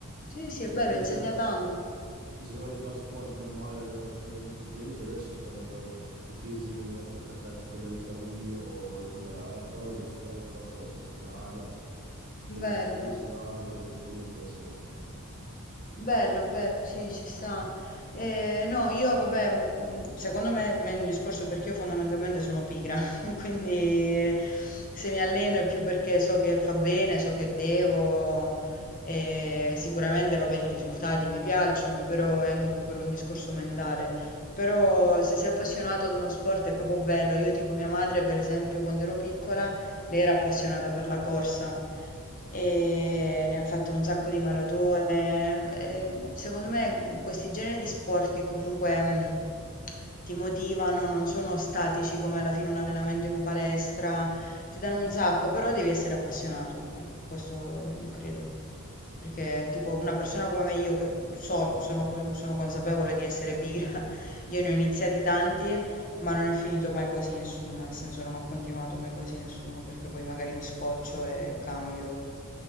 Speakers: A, on the left (about 40°); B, on the right (about 45°).
A: Sì, sì, è
B: Invece,
A: bello, insegna tanto.
B: invece se voglio fare sport normale o sollevamento pesi, adesso prendo i pesi, me li metto attaccati quelli alle caviglie o sulla alla coda, vado fuori, corro per strada, provo
A: Bello,
B: la bici, vado, quelle cose mi piacciono.
A: bello,
B: E-
A: bello, sì, ci sta. Eh, no, io vabbè, ma mh, secondo me, me è un discorso perché io fondamentalmente sono pigra, <laughs> quindi se mi alleno è più perché so che fa bene, so che devo, e sicuramente vabbè i risultati mi piacciono, però è anche poi per un discorso mentale. Però se sei appassionato ad uno sport è proprio bello. Io tipo mia madre, per esempio, quando ero piccola, lei era appassionata per la corsa e ne ha fatte un sacco di maratone. e secondo me questi generi di sport che comunque mh, ti motivano, non sono statici come alla fine un allenamento in palestra, ti danno un sacco, però devi essere appassionato. Ecco, questo io credo. Perché tipo una persona come me, io che so, sono, co- sono consapevole di essere pigra, io ne ho iniziati tanti, ma non ne ho finito mai quasi nessuno, nel senso non ho continuato mai quasi nessuno, perché poi magari mi scoccio e cambio.